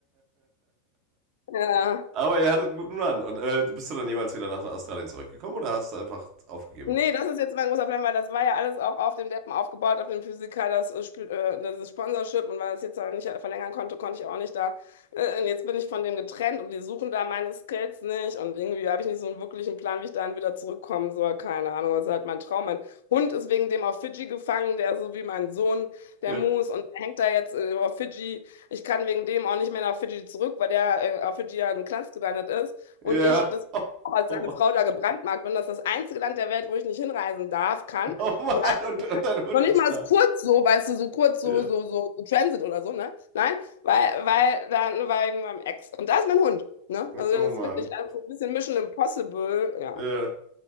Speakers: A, on the left; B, on the right.
A: Ja.
B: Aber ihr hattet einen guten Run. Und äh, bist du dann jemals wieder nach Australien zurückgekommen oder hast du einfach aufgegeben?
A: Nee, das ist jetzt mein großer Plan, weil das war ja alles auch auf dem Deppen aufgebaut, auf dem Physiker, das, äh, Spiel- äh, das Sponsorship und weil das jetzt aber nicht verlängern konnte, konnte ich auch nicht da. Äh, und jetzt bin ich von dem getrennt und die suchen da meine Skills nicht und irgendwie habe ich nicht so einen wirklichen Plan, wie ich dahin wieder zurückkommen soll. Keine Ahnung, das ist halt mein Traum. Mein Hund ist wegen dem auf Fidschi gefangen, der ist so wie mein Sohn, der
B: Ja.
A: Moose und der hängt da jetzt äh, auf Fidschi. Ich kann wegen dem auch nicht mehr nach Fidschi zurück, weil der äh, auf Fidschi ja in Knast gelandet ist.
B: Ja.
A: Und ich,
B: <laughs>
A: das auch als
B: Oh,
A: seine
B: oh
A: Frau
B: Mann.
A: da gebrandmarkt bin. Das ist das einzige Land der Welt, wo ich nicht hinreisen darf, kann
B: Oh Mann.
A: oder einreisen
B: Und, und
A: kann.
B: dein Hund
A: Noch nicht
B: ist
A: mal
B: da.
A: ist kurz so, weißt du, so kurz so,
B: Ja.
A: so, so, so Transit oder so, ne? Nein, weil, weil dann war ich mit meinem Ex. Und da ist mein Hund, ne? Also
B: Oh
A: das
B: Mann.
A: ist wirklich also ein bisschen Mission Impossible, ja.
B: Ja.